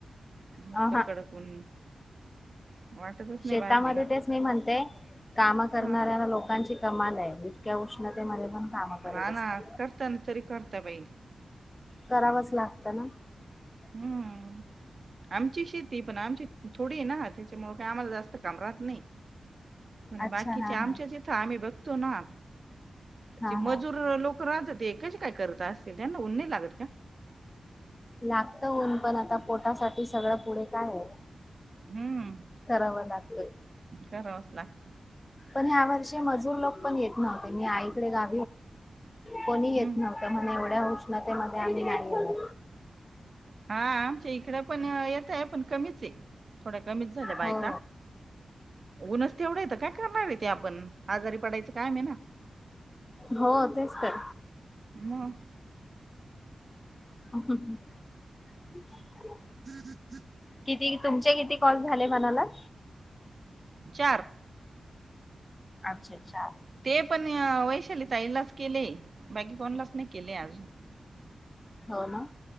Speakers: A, on the right; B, on the left.
A: <unintelligible>
B: अ हा
A: कडक ऊन, वाटतच नाही
B: शेतामध्ये
A: बाहेर निघा
B: तेच मी म्हणते कामं करणाऱ्या
A: हा
B: लोकांची कमाल काय इतक्या उष्णते मधे पण कामं करत
A: हा
B: असतात
A: ना करता ना तरी करता बाई
B: करावंच
A: काम
B: लागतं ना.
A: हम्म.
B: <inaudible>
A: आमची शेती हे पण आमची थोडी हे ना तेच्यामुळं काय आम्हाला जास्त काम राहात नै पण
B: अच्छा
A: बाकीचे
B: हा
A: आमच्याच
B: हा
A: इथं आम्ही बघतो ना
B: हा
A: ते मजूर
B: हा
A: लोक राहत होते ते कशी काय करत असतील त्यांना ऊन नाही लागत का?
B: लागत ऊन पण आता पोटासाठी सगळं पुढे काय हाय
A: हम्म,
B: करावं लागत,
A: करावच लागत,
B: पण ह्या वर्षी मजूर लोक पण येतव्हते मी आईकडे गा कोणी येत
A: हम्म.
B: नव्हत म्हण एवढ्या उष्णतेमध्ये आणि हम,
A: हा आमच्या इकडे पण येतय पण कमीच आहे थोड कमीच बायका
B: हो
A: ऊनच तेवढे तर काय करणार ते आपण आजारी पडायच काय म
B: हो तेच तर,
A: मग,
B: <inaudible>
A: <inaudible>
B: किती तुमचे किती कॉल झाले म्हणाला? <inaudible>
A: चार
B: अच्छा अच्छा
A: ते पण वैशालीताईलाच केले बाकी कोणलाच नाही केले अजून
B: हो ना